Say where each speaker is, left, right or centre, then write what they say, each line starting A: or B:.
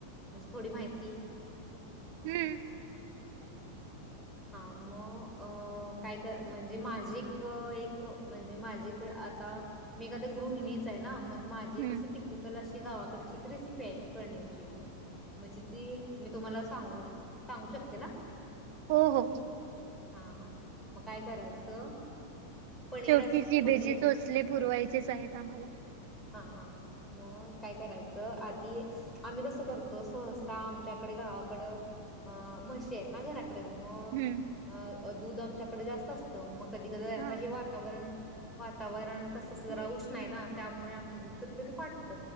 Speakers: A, in the centre; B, on the right.
A: म्हनजे थोडी माहिती
B: हं
A: हा, मं अं काय तर म्हनजे माझी क एक म्हनजे माझी तर आता मी तर काय गृहिणीचं हाय न! माझी
B: हम्म
A: कशी टिपिकल स ती गावाकडची एक रेसिपि आहे. पनीरची म्हंजे मी तुम्हाला सांगू, सांगू शकते ना?
B: हो हो.
A: हा हा मं काय करायचं? पनीर
B: शेवटी
A: अस
B: जिभेचे
A: पनीर
B: चोचले पुरवायचेच आहेत. आम्हाला
A: हा हा मग काय करायचं आधी आम्ही कसं करतो सहसा आमच्याकडे गावाकडं अ म्हसे आहेत ना घराक क मग
B: हम्म
A: दूधमच्या जास्त असतो म कधी कधी आता
B: हा
A: हे वातावरण वातावरण कसंस जरा
B: हा
A: उषनाही ना त्यामुळे आमचं दूध कध कधी फाटत.